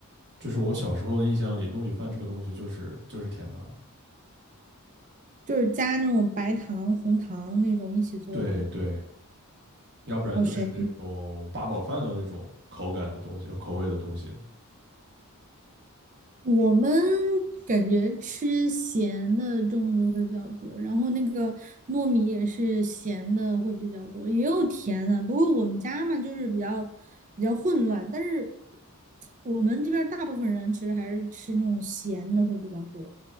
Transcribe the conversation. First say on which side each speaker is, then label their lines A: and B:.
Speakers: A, on the right (about 50°); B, on the right (about 35°).
A: 就是我小时候的印象里，糯米饭这个东西就是就是甜的。
B: 就是加那种白糖、红糖那种一起做的，
A: 对对，要不然就是那种八宝饭的那种口感的东西，
B: 好神。
A: 口味的东西。
B: 我们感觉吃咸的粽子会比较多，然后那个糯米也是咸的会比较多，也有甜的。不过我们家嘛，就是比较比较混乱，但是我们这边儿大部分人其实还是吃那种咸的会比较多。